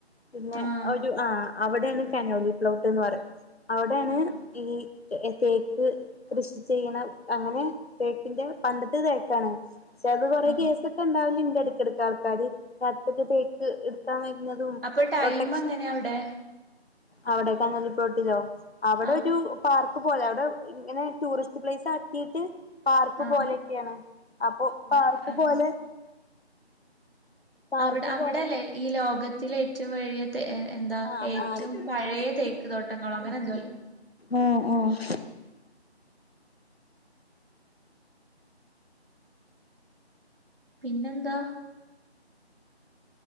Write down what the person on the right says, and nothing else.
ആഹ്
ആഹ്
ആഹ്
അപ്പൊ ടൈം
എങ്ങനെയ അവിടെ
ആഹ്
ആഹ്
ആഹ്
അവിടെ അവിടെല്ലേ
ഈ ലോകത്തില ഏറ്റവും വലിയ എന്താ
ഏറ്റവും
പഴയ തേക്ക് തോട്ടങ്ങളോ അങ്ങനെ എന്തോല്ലേ
പിന്നെന്താ